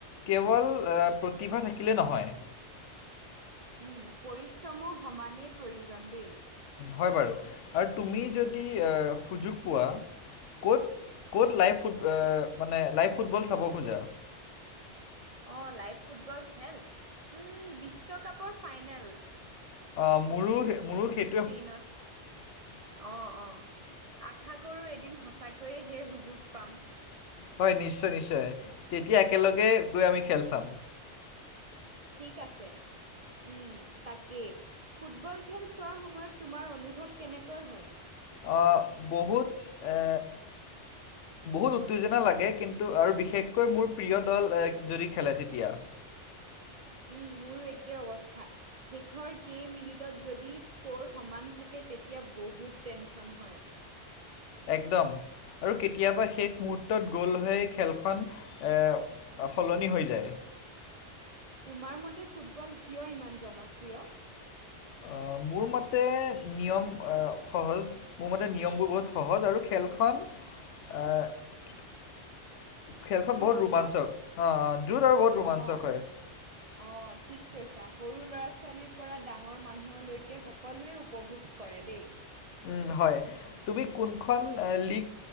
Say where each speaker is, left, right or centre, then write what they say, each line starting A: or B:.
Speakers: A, on the left; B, on the right.
A: কেৱল প্ৰতিভা থাকিলে নহয়।
B: উম, পৰিশ্ৰমো সমানেই প্ৰয়োজন দেই।
A: হয় বাৰু, আৰু তুমি যদি সুযোগ পোৱা ক'ত ক'ত লাইভ ফুট এ, মানে লাইভ ফুটবল চাব খোজা?
B: অ' লাইভ ফুটবল খেল, উম, বিশ্বকাপৰ ফাইনেল
A: অ' মোৰো মোৰো সেই
B: পেইনত। অ', অ' আশা কৰোঁ এদিন সঁচাকৈয়ে সেই সুযোগ পাম।
A: হয় নিশ্চয় নিশ্চয়, তেতিয়া একেলগে গৈ আমি খেল চাম।
B: ঠিক আছে। উম, তাকেই। ফুটবল খেল চোৱাৰ সময়ত তোমাৰ অনুভৱ কেনেকৈ হয়?
A: অ' বহুত এ বহুত উত্তেজনা লাগে কিন্তু আৰু বিশেষকৈ মোৰ প্ৰিয় দল যদি খেলে তেতিয়া। <inaudible>
B: উম, মোৰো একেই অৱস্থা। শেষৰ কেইমিনিটত যদি স্ক'ৰ সমান থাকে তেতিয়া বহুত টেনচন হয়।
A: একদম আৰু কেতিয়াবা শেষ মুহূৰ্তত গ'ল হৈ খেলখন এ সলনি হৈ যায়।
B: তোমাৰ মতে ফুটবল কিয় ইমান জনপ্ৰিয়?
A: আ, মোৰ মতে নিয়ম সহজ, মোৰ মতে নিয়মবোৰ বহুত সহজ আৰু খেলখন এ খেলখন
B: দ্ৰুত
A: বহুত ৰোমাঞ্চক,
B: ন?
A: হা, দূৰত আৰু বহুত ৰোমাঞ্চক
B: অ'।
A: হয়।
B: অ' ঠিক কৈছা, সৰু ল'ৰা ছোৱালীৰপৰা ডাঙৰ মানুহলৈকে সকলোৱে উপভোগ কৰে দেই।
A: উম, হয়, তুমি কোনখন লিক